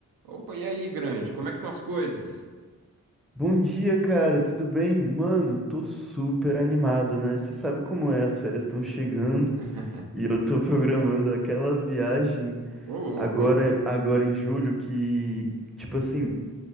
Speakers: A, on the right (about 85°); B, in the centre.
A: Opa, e aí, grande? Como é que estão as coisas?
B: Bom dia, cara, tudo bem? Mano, tô super animado, né? Você sabe como é, as férias estão chegando
A: <laughs>
B: e eu tô <laughs> programando aquela viagem
A: Ô, louco.
B: agora, agora em julho que, tipo assim,